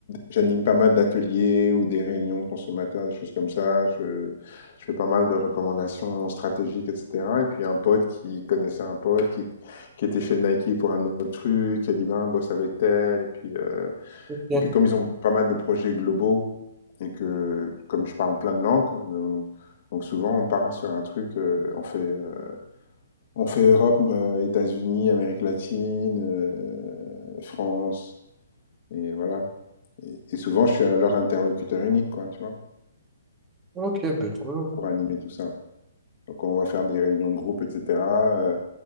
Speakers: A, on the left (about 55°); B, on the right (about 20°).
A: j'anime pas mal d'ateliers ou des réunions de consommateurs, des choses comme ça. Je, je fais pas mal de recommandations stratégiques, etc. Et puis un pote qui connaissait un pote qui, qui était chez Nike pour un autre truc, qui a dit ben bosse avec tel, et puis euh,
B: Ok,
A: Et puis comme ils ont pas mal de projets globaux et que comme je parle plein de langues, donc, donc souvent on part sur un truc, euh, on fait, euh, on fait Europe, euh, États-Unis, Amérique latine, euh, France, et voilà. Et, et souvent je suis leur interlocuteur unique, quoi, tu vois,
B: ok, bah, trop bien. Tu
A: pour animer tout ça. Donc on va faire des réunions de groupe, etc., euh,